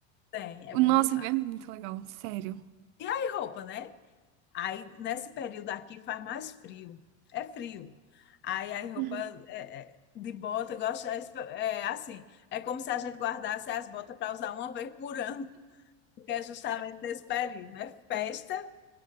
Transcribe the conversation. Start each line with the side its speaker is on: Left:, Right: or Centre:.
Left: Tem,
Right: O
Left: é
Right: Nossa,
Left: bom demais.
Right: é muito legal, sério.
Left: E aí roupa, né? Aí nesse período aqui faz mais frio. É frio. Aí a roupa
Right: Uhum.
Left: é, é, de bota, eu gosto, é, esp- é assim, é como se a gente guardasse as botas para usar uma vez por ano. que é justamente nesse período. É festa,